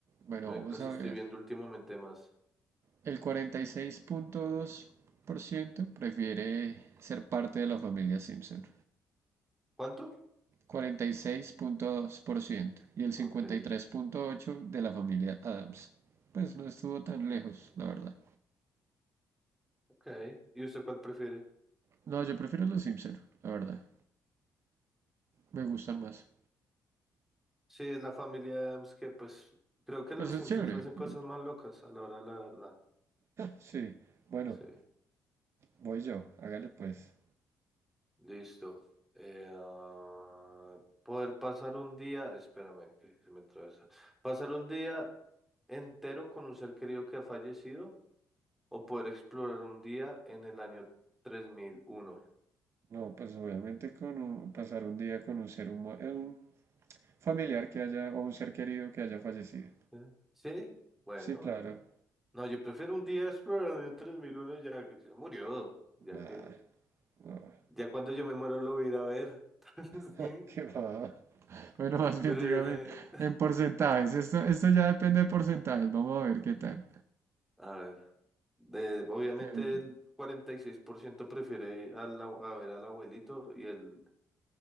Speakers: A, on the right; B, in the centre.
A: Bueno,
B: Me-
A: vamos
B: las
A: a
B: estoy
A: ver.
B: viendo últimamente más.
A: El 46.2% prefiere ser parte de la familia Simpson.
B: ¿Cuánto?
A: cuarenta y seis punto dos por ciento y el 53.8%
B: Ok,
A: de la familia Adams. Pues no estuvo tan lejos, la verdad.
B: ok. ¿Y usted cuál prefiere?
A: No, yo prefiero los Simpson, la verdad. Me gustan más.
B: Sí, es la familia Adams que pues creo que
A: Pues
B: los
A: es
B: Simpsons
A: chévere,
B: hacen
A: pero...
B: cosas más locas a la hora de la verdad.
A: Sí, bueno,
B: Sí,
A: voy yo, hágale pues.
B: listo. Eh, ah, poder pasar un día, espérame que se me atraviesa. Pasar un día entero con un ser querido que ha fallecido o poder explorar un día en el año 3001.
A: No, pues obviamente con un- pasar un día con un ser humano, eh, un familiar que haya, o un ser querido que haya fallecido.
B: ¿Eh? Sí, bueno,
A: Sí, claro.
B: bueno. No, yo prefiero un día explorar el año 3001 ya que se murió, ya
A: Nah,
B: que
A: no,
B: ya cuando yo me muero lo voy a ir a ver. <laughs>
A: <laughs>
B: Sí,
A: qué va. Bueno, <laughs> más bien
B: pero
A: dígame
B: el año-
A: en porcentajes. Esto, esto ya depende de porcentajes. Vamos a ver qué tal.
B: a ver, de- obviamente
A: Que-
B: el 46% prefiere al abue- a ver al abuelito y el